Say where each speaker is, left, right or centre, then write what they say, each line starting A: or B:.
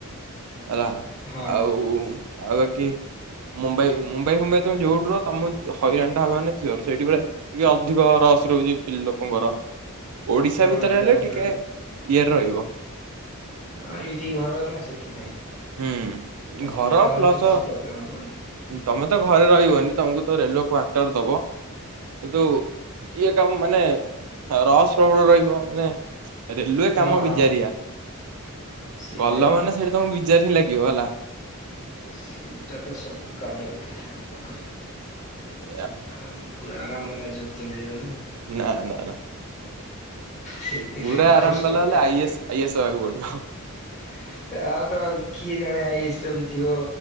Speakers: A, on the right; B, on the left.
A: ହେଲା
B: ହଁ
A: ଆଉ ଆଉ ବାକି। ମୁମ୍ବାଇ ମୁମ୍ବାଇ ଫୁମ୍ବାଇ ତମେ ଯିବ ପୁର ତମେ ହଇରାଣ ଟା ହବା ମାନେ ସିଓର ସେଇଠି ପୁରା। ଟିକେ ଅଧିକ ରସ୍ ରହୁଛି ପିଲ ଲୋକଙ୍କର। ଓଡିଶା
B: ହଁ
A: ଭିତରେ
B: ତାପରେ
A: ହେଲେ ଟିକେ ଇଏରେ ରହିବ।
B: ହଁ ଏଇଠି ଘର ନା ସେଥିପାଇଁ
A: ହୁଁ ଘର
B: ହୋମ୍ ଟାଉନ୍
A: ପ୍ଲସ
B: ତ କିଛି ପ୍ରୋବ୍ଲେମ୍ ହବନି।
A: ତମେ ତ ଘରେ ରହିବନି ତମକୁ ତ ରେଲୱେ କ୍ଵାଟର ଦବ। କିନ୍ତୁ ଇଏ କାମ ମାନେ ରସ ପ୍ରବଳ ରହିବ ମାନେ ରେଲୁଏ
B: ହଁ
A: କାମ
B: ହଁ
A: ବିଜାରିଆ,
B: ସେଇଟା
A: ଗଲ
B: ବି
A: ମାନେ ସେ ତମ ବିଜାର ହିଁ ଲାଗିବ ହେଲା।
B: ସେଇଟା ତ ସବୁ କାମରେ ଥାଏ ଆଉ କଣ କରିବା?
A: ସେଆ।
B: ଆଉ ପୁରା ଆରାମ ବାଲା ଜବ ତ ମିଳିବନି।
A: ନା ନା ନା।
B: ସେଥିପାଇଁ
A: ପୁରା ଆରାମ
B: କଷ୍ଟ
A: ବାଲା
B: କରିଆକୁ
A: ହେଲେ ଆଇ
B: ପଡିଅ।
A: ଏସ୍ ଆଇ ଏସ୍ ହବାକୁ ପଡିବ।
B: ଆଉ ତ କିଏ ଜାଣେ ଆଇଏସ ର ବି ଥିବ